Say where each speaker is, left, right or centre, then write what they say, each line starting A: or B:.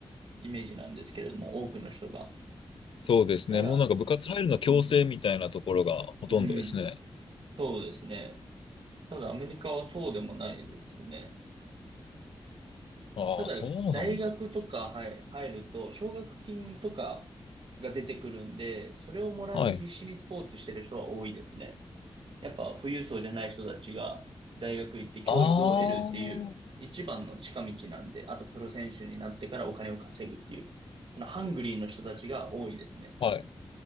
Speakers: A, on the right; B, on the left.
A: イメージなんですけれども、多くの人が。
B: そうですね。
A: ただ、
B: もうなんか部活入るの強制みたいなところがほとんどですね。
A: うん、うん、そうですね。ただアメリカはそうでもないですね。
B: ああ、
A: ただ、
B: そうなんですね。
A: 大学とか、はい、入ると、奨学金とかが出てくるんで、それをもらいに必死にスポーツしてる人は多いですね。
B: はい。
A: やっぱ富裕層じゃない人たちが大学行って教育を得るっていう一番の近道なんで、
B: ああ、
A: あとプロ選手になってからお金を稼ぐっていう、そのハングリーの人たちが多いですね。
B: はい。